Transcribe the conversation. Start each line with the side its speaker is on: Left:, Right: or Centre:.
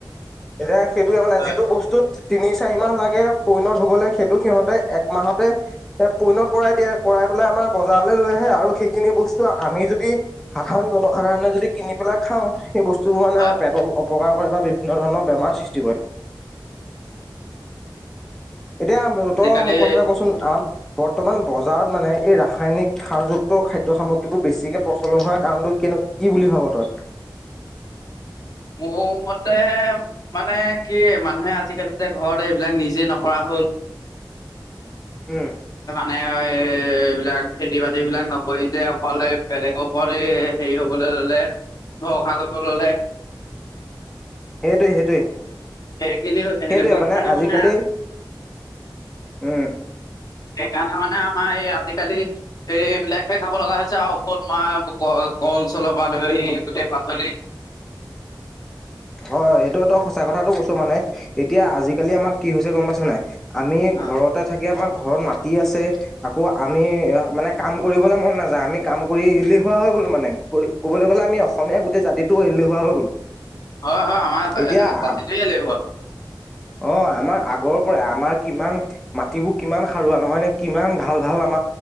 Centre: এতিয়া সেইটোয়ে মানে
Left: হয়
Centre: যিটো বস্তুত <unintelligible> তিনি চাৰিমাহ লাগে পইনত হবলৈ সেইটো সিহঁতে একমাহতে এ পইনত কৰাই দিয়ে কৰাই আমাৰ বজাৰলৈ লৈ আহে আৰু সেইখিনি বস্তু আমি যদি সাধাৰণ জনসাধাৰণে যদি কিনি পেলাই খাওঁ সেই বস্তুোৰ মানে
Left: হয়
Centre: আমাৰ, পেটৰ অপকাৰ কৰে বা বিভিন্ন ধৰণৰ বেমাৰ সৃষ্টি কৰে। এতিয়া
Left: আজিকালি
Centre: তই মোক কথা এটা কচো আ বৰ্তমান বজাৰত মানে এই ৰাসায়নিক খাৰযুক্ত খাদ্য সামগ্ৰীবোৰ বেছিকে প্ৰচলন হোৱাৰ কাৰণটো কে কি বুলি ভাব তই?
Left: মোৰমতে মানে কি মানুহে আজিকালি যে ঘতে এইবিলাক নিজে নকৰা হয়। অন <unintelligible>
Centre: উম।।
Left: নাই এইবিলাক খেতি বাতি বিলাক নকৰি যে অকলে বেলেগৰ ও হেৰি হবলৈ ললে অ কাগজব ললে
Centre: সেইটোৱে সেইটোৱে।
Left: সেইখিনি এনেকুৱা
Centre: সেইটোৱে
Left: কাৰণে
Centre: আজিকালি
Left: মানে। <unintelligible>
Centre: উম
Left: সেইকাৰণে মানে আমাৰ এই আজিকালি, সেইবিলাকহে খাব লগা হৈছে আৰু ঔষধ মাহ কল চলপ আ গোটেই পাচলি <inaudible>
Centre: হয় সেইটোটো সঁচা কথাটো কৈছো মানে এতিয়া আজিকালি আমাৰ কি হৈছে, গম পাইছ নাই? আমি
Left: অ
Centre: ঘৰতে থাকি আমাৰ ঘৰত মাতি আছে। আকৌ আমি মানে কাম কৰিবলে মন, নাযায় আমি কাম কৰি এলেহুৱা হৈ গ'ল মানে, কবলৈ গলে আমি অসমীয়া গোটেই জাতিটো এলেহুৱা হৈ গলো।
Left: হয় হয় আমাৰ
Centre: এতিয়া
Left: জাতিটো এলেহুৱা।
Centre: অ আমাৰ আগৰ পৰা আমাৰ কিমান মাটিবোৰ কিমান সাৰুৱা নহয় নে কিমান ভাল ভাল আৰ